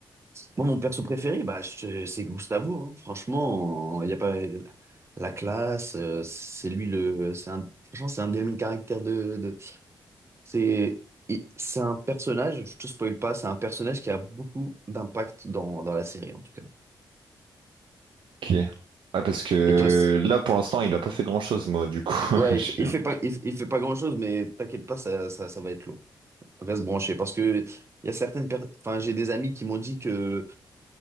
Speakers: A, on the right; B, on the right.
A: Moi, mon perso préféré, bah, je- c'est Gustavo. hein. Franchement, il n'y a pas la classe. euh, C'est lui le. C'est un, franchement, c'est un des meilleurs caractères de. de- c'est il- c'est un personnage, je te spoil pas, c'est un personnage qui a beaucoup d'impact dans, dans la série, en tout cas.
B: Qui est? Ah, parce que
A: Et toi, c'est-
B: là, pour l'instant, il a pas fait grand-chose, moi, du coup. <laughs>
A: ouais,
B: Je suis...
A: il fait, il
B: ok,
A: fait pas, il, il fait pas grand-chose, mais t'inquiète pas, ça, ça, ça va être lourd. Reste branché parce que il y a certaines personnes enfin j'ai des amis qui m'ont dit que